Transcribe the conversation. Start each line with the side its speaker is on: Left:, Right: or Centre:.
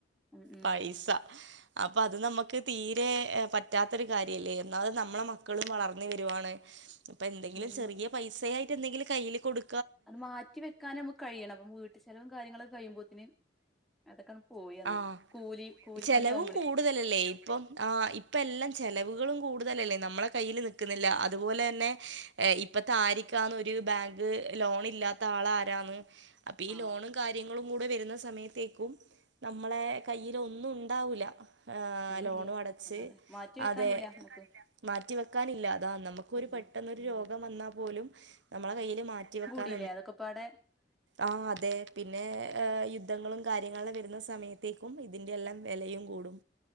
Centre: ഉം ഉം
Right: പൈസ അപ്പൊ അത് നമ്മ ക്ക് തീരെ പറ്റാത്തൊരു കാര്യല്ലേര്ന്നു ഒന്നാമത് നമ്മളെ മക്കളും വളർന്നു വരുവാണ് അപ്പൊ എന്തെങ്കിലും
Centre: ഉം
Right: ചെറിയ പൈസ യായിട്ട് എന്തെങ്കിലും കയ്യില് കൊട്ക്
Centre: അത് മാറ്റി വെക്കാന മ്മക്ക് കഴിയണം പ്പം വീട്ടിൽ ചെലവും കാര്യങ്ങളൊക്കെ കഴിയുമ്പോത്തിന് അതൊക്കെ പോയ്യന്ന്
Right: ആ
Centre: കൂലി കൂലിപ്പണിയാവുമ്പളേ
Right: ചെലവും കൂടുതലല്ലേ ഇപ്പം ആ ഇപ്പ ല്ലാം ചെലവുകളും കൂടുതലല്ലേ നമ്മളെ കയ്യില് നി ക്ക്‌ന്നില്ല അതുപോലെ ന്നെ ഇപ്പത്തെ ആരിക്കാന്ന ഒര് ബാങ്ക് ലോൺ ഇല്ലാത് ത്താളാരാന്ന് അപ്പൊ ഈ
Centre: ആഹ്
Right: ലോണും കാര്യങ്ങളും കൂടെ വരുന്ന സമയത്തേക്കും- നമ്മളെ കയ്ല് ഒന്നും ഉണ്ടാവൂല്ല ആഹ്
Centre: ഒന്നുല്ല
Right: ലോണു അടച്ച്
Centre: അതാണ് മാറ്റി വെക്കാനില്ല
Right: അതെ
Centre: നമുക്ക്
Right: മാറ്റി വെക്കാനില്ല അതാ നമുക്ക് ഒരു
Centre: ഇല്ല
Right: പെട്ടെന്നൊരു
Centre: ഉം
Right: രോഗം വന്നാ പോലും നമ്മളെ കയ്യിൽ മാറ്റി വെക്കാൻ
Centre: ല്ലേ അതൊക്കെപാടെ
Right: ആഹ് അതെ പിന്നെ യുദ്ധ് ദ്ധങ്ങളും കാര്യങ്ങളു വരുന്ന സമയത്തേക്കും ഇതിന്റെ എല്ലാം വെലയും കൂടും